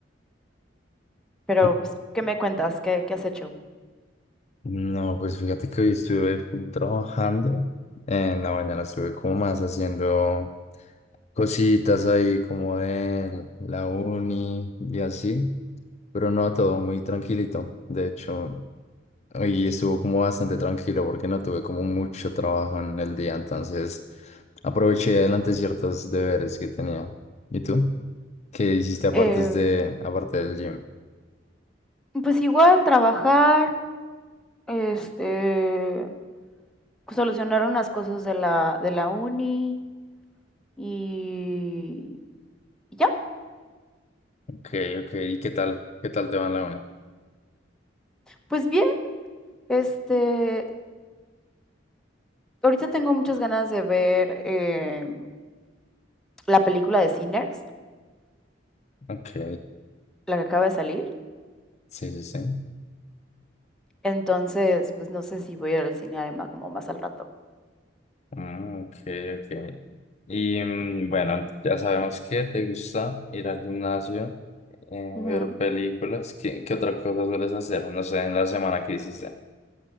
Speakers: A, in the centre; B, on the left.
A: pero,
B: <laughs>
A: pues, ¿qué me cuentas? ¿Qué, qué has hecho?
B: No, pues fíjate que hoy estuve full trabajando. En la mañana estuve como más haciendo cositas ahí como de la uni y así. Pero no, todo muy tranquilito. De hecho, hoy estuvo como bastante tranquilo porque no tuve como mucho trabajo en el día, entonces aproveché y adelanté ciertos deberes que tenía. ¿Y tú? ¿Qué hiciste aparte
A: Eh,
B: de, aparte del gym?
A: pues igual trabajar, este, pues, solucionar unas cosas de la, de la uni y, y ya.
B: Ok, ok. ¿Y qué tal? ¿Qué tal te va en la uni?
A: Pues bien, este, ahorita tengo muchas ganas de ver eh, la película de Sinners,
B: Ok,
A: la que acaba de salir.
B: sí, sí, sí.
A: Entonces, pues no sé si voy a ir al cine además como más al rato.
B: Ah, ok, ok. Y mm, bueno, ya sabemos que te gusta ir al gimnasio, eh,
A: Ujú.
B: ver películas. ¿Qué, qué otra cosa sueles hacer? No sé, en la semana que hiciste.